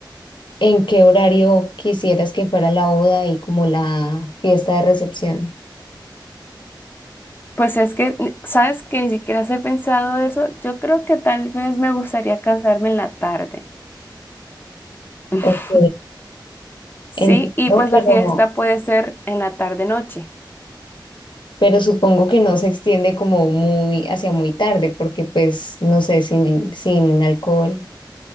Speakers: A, on the left; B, on the left.
A: ¿En qué horario quisieras que fuera la boda y como la fiesta de recepción?
B: Pues es que, ni- sabes que ni siquiera he pensado eso. Yo creo que tal vez me gustaría cansarme en la tarde. <laughs>
A: Ok,
B: Sí,
A: entiendo,
B: y pues
A: pero,
B: la fiesta puede ser en la tarde-noche.
A: pero supongo que no se extiende como muy hacia muy tarde, porque pues no sé, sin, sin alcohol,